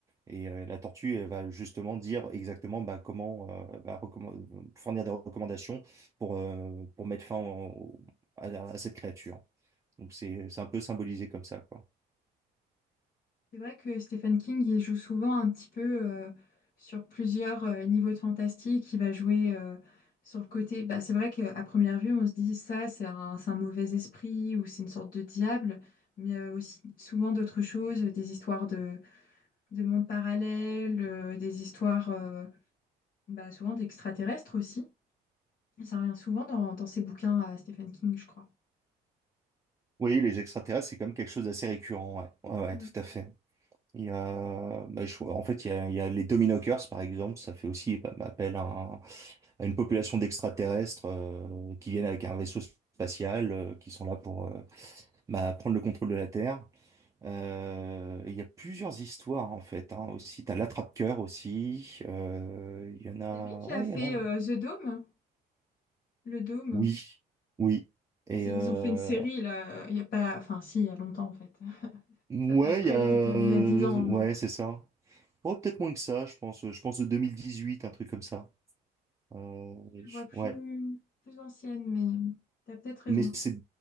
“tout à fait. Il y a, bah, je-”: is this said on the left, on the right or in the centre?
Right